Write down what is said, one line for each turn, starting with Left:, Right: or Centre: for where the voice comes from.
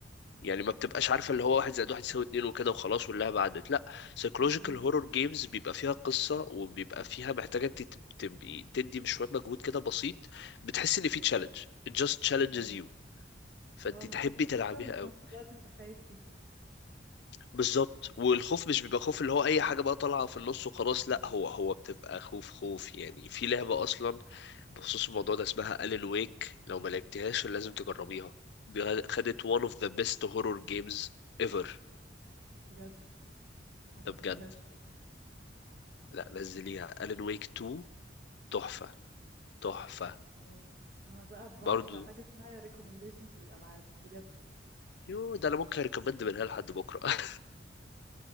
Left: يعني ما بتبقاش عارفه اللي هو واحد زائد واحد يساوي اتنين وكده وخلاص واللعبه عدت لا سايكولوجيكال
Right: امم
Left: هورور جيمز بيبقى فيها قصه وبيبقى فيها محتاجه انت تب- تبقي تدي شويه مجهود كده بسيط بتحس ان في
Right: ايوه
Left: تشالنج it just challenges
Right: ايوه
Left: you فانت
Right: اللي هو محتاج
Left: تحبي
Right: تفكر
Left: تلعبيها
Right: وفي
Left: قوي
Right: نفس الوقت انت خايف سيكا
Left: بالظبط والخوف مش بيبقى خوف اللي هو اي حاجه بقى طالعه في النص وخلاص
Right: امم
Left: لا هو هو بتبقى خوف خوف يعني في لعبه اصلا بخصوص الموضوع ده اسمها الين ويك لو ما لعبتهاش لازم تجربيها دي خدت one of the best horror games ever
Right: بجد ما لعبتهاش
Left: ده بجد
Right: لا
Left: لا نزليها الين ويك 2 تحفه تحفه
Right: اوكي انا بقى بعشق
Left: برضو
Right: حاجه اسمها ريكومنديشنز للالعاب بجد <laughs>
Left: يو ده انا ممكن ريكومند منها لحد بكره <laughs>